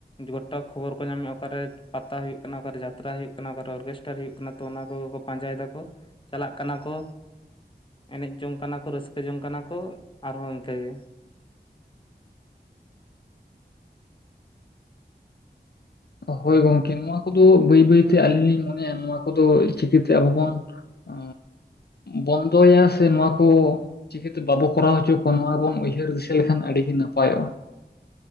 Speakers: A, on the left; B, on the left.
A: ᱜᱚᱴᱟ ᱠᱷᱚᱵᱚᱨ ᱠᱚ ᱧᱟᱢᱮᱫᱼᱟ ᱚᱠᱟᱨᱮ ᱯᱟᱛᱟ ᱦᱩᱭᱩᱜ ᱠᱟᱱᱟ ᱚᱠᱟᱨᱮ ᱡᱟᱛᱨᱟ ᱦᱩᱭᱩᱜ ᱠᱟᱱᱟ ᱚᱠᱟᱨᱮ ᱚᱨᱜᱮᱥᱴᱟᱨ ᱦᱩᱭᱩᱜ ᱠᱟᱱᱟ ᱛᱚ ᱚᱱᱟ ᱠᱚ ᱯᱟᱸᱡᱟᱭ ᱫᱟᱠᱚ ᱪᱟᱞᱟᱜ ᱠᱟᱱᱟ ᱠᱚ ᱮᱱᱮᱡ ᱡᱚᱝ ᱠᱟᱱᱟ ᱠᱚ ᱨᱟᱹᱥᱠᱟᱹ <inaudible> ᱡᱚᱝ ᱠᱟᱱᱟ ᱠᱚ ᱟᱨᱦᱚᱸ ᱤᱱᱠᱟᱹ ᱜᱮ᱾
B: ᱦᱳᱭ ᱜᱚᱝᱠᱮ ᱱᱚᱣᱟ ᱠᱚᱫᱚ ᱵᱟᱹᱭ ᱵᱟᱹᱭ ᱛᱮ ᱟᱞᱤᱧ ᱞᱤᱧ ᱢᱚᱱᱮᱭᱟ ᱱᱚᱣᱟ ᱠᱚᱫᱚ ᱪᱤᱠᱟᱹᱛᱮ ᱟᱵᱚ ᱵᱚᱱ ᱚ ᱵᱚᱱᱫᱚᱭᱟ ᱥᱮ ᱱᱚᱣᱟ ᱠᱚ ᱪᱤᱠᱟᱹ ᱛᱮ ᱵᱟᱵᱚ ᱠᱚᱨᱟᱣ ᱦᱚᱪᱚ ᱠᱚᱣᱟ ᱱᱚᱣᱟ ᱵᱚᱱ ᱩᱭᱦᱟᱹᱨ ᱫᱤᱥᱟᱹ ᱞᱮᱠᱷᱟᱱ ᱟᱹᱰᱤ ᱜᱮ ᱱᱟᱯᱟᱭᱚᱜᱼᱟ᱾